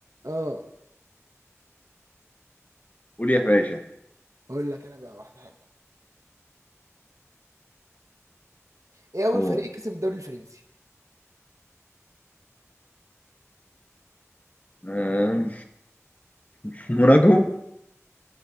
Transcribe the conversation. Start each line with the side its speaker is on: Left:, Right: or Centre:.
Right: اه
Left: قول يا فاشا
Right: اقول لك انا بقى واحده حلوه ايه اول
Left: هو
Right: فريق كسب الدوري الفرنسي
Left: آه، <laughs> موناكو